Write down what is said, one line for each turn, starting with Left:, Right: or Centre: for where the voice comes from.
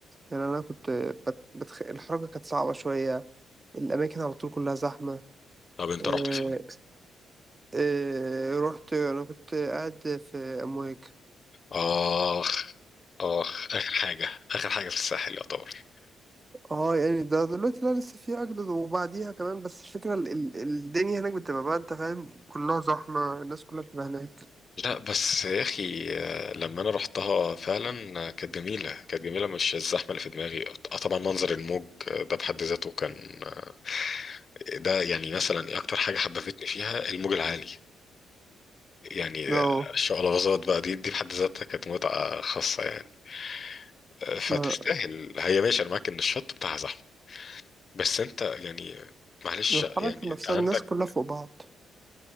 Right: يعني أنا كنت بت بتخ الحركة كانت صعبة شوية، الأماكن على طول كلّها زحمة،
Left: طب انت
Right: آآ
Left: رحت فين؟
Right: آآ رُحت أنا كنت قاعد في أمواج.
Left: آخ آخ آخر حاجة آخر حاجة في الساحل يعتبر
Right: اه يعني ده دلوقتي لا لسه في اجدد وبعديها كمان بس الفكره ال ال الدنيا هناك بتبقى بقى انت فاهم كلها زحمه الناس كلها بتبقى هناك
Left: لا بس يا أخي آه، لما أنا رحتها فعلا آه، كانت جميلة كانت جميلة مش الزحمة اللي في دماغي آه، طبعا منظر الموج آه، ده بحد ذاته كان آه، ده يعني مثلا أكتر حاجة حببتني فيها الموج العالي يعني
Right: اه
Left: آه، الشقلباظات بقى دي دي بحد ذاتها كانت متعة خاصة يعني آه، فتستاهل
Right: ما-
Left: هي ماشي أنا معاك إن الشط بتاعها زحمة بس أنت يعني معلش
Right: الحركه
Left: يعني
Right: نفسها
Left: أنت عندك
Right: الناس كلها فوق بعض